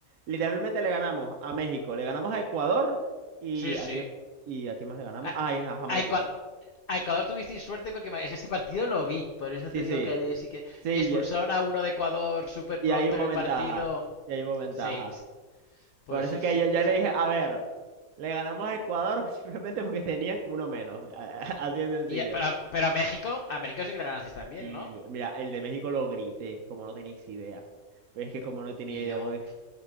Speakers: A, on the right; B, on the left.
A: Literalmente le ganamos a México, le ganamos a Ecuador y
B: Sí, sí.
A: a quién, y a quién más le ganamos.
B: A,
A: Ah, y a Jamaica,
B: a Ecua-
A: pero.
B: a Ecuador tuvisteis suerte porque ese partido lo vi. Por eso
A: Sí,
B: te
A: sí.
B: digo que eh, sí que,
A: Sí,
B: que expulsaron
A: y,
B: a uno de Ecuador súper
A: y
B: pronto
A: ahí hubo
B: en el
A: ventaja.
B: partido.
A: Y ahí hubo ventaja.
B: Sí, sí. pues
A: Por eso
B: sí,
A: es
B: sí.
A: que yo, yo
B: o sea,
A: le dije, a ver, le ganamos a Ecuador <laughs> simplemente porque tenían uno menos. <laughs> Así de sencillo.
B: y eh, pero, a- pero a México, a México sí que le ganasteis también,
A: Sí,
B: ¿no?
A: mira, el de México lo grité, como no tenéis idea. Pero es que como no tenía
B: Y
A: idea,
B: luego,
A: pues.